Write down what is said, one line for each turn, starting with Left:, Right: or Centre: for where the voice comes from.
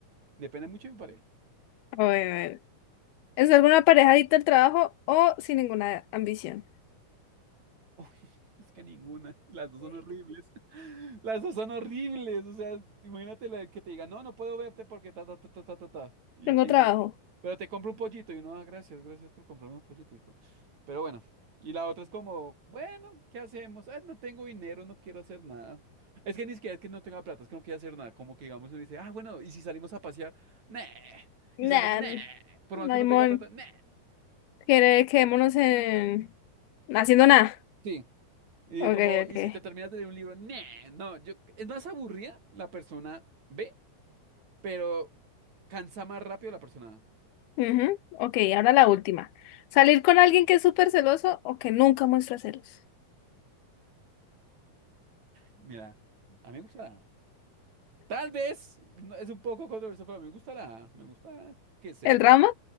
Right: Depende mucho de mi pareja.
Left: A ver, a ver. ¿Es alguna pareja adicta al trabajo o sin ninguna ambición?
Right: Uy, es que ninguna, las dos son horribles. <laughs> Las dos son horribles, o sea, imagínate la que te diga, no, no puedo verte porque ta, ta, ta, ta, ta, ta, ta. Y
Left: Tengo
Right: te dice,
Left: trabajo.
Right: pero te compro un pollito. Y uno, "Ah, gracias, gracias por comprarme un pollito. hijo". Pero bueno, y la otra es como, bueno, ¿qué hacemos? Ah, no tengo dinero, no quiero hacer nada. Es que ni siquiera es que no tenga plata, es que no quiero hacer nada. Como que digamos, uno dice, ah, bueno, y si salimos a pasear, nah. Y salimos,
Left: Nah,
Right: nah.
Left: n-
Right: Por
Left: no
Right: más que uno
Left: hay
Right: tenga
Left: mon.
Right: plata, nah.
Left: Quiere- Quedémonos en... haciendo nada.
Right: Sí. Y
Left: Ok,
Right: es como, y
Left: ok.
Right: si te terminas de leer un libro, "Nah, no, yo, es más aburrida la persona B, pero cansa más rápido la persona A.
Left: Ujú, Ok, ahora la última. ¿Salir con alguien que es súper celoso o que nunca muestra celos?
Right: Mira, a mí me gusta la A. Tal vez no- es un poco controversial, pero me gusta la A. Me gusta que ser.
Left: ¿El drama?
Right: Es que,